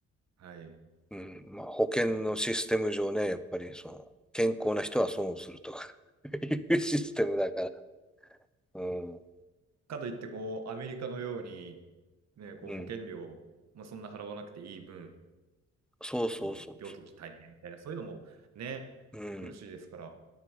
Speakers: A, on the right; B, in the centre.
A: はい。
B: うん、まあ、保険のシステム上ね、
A: うん
B: やっぱりその、健康な人は損をすると <laughs> いうシステムだから、うん、
A: かといって、こう、アメリカのように、ね、こう、
B: うん、
A: 保険料、まあ、そんな払わなくていい分、
B: そうそうそ
A: うん病気大変みたいな、そういうのも、ね、
B: う。うん、
A: 苦しいですから、